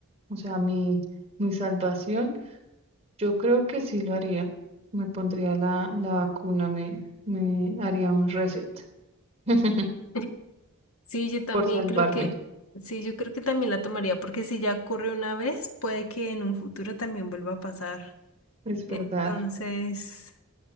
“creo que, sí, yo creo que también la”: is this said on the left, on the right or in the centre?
Left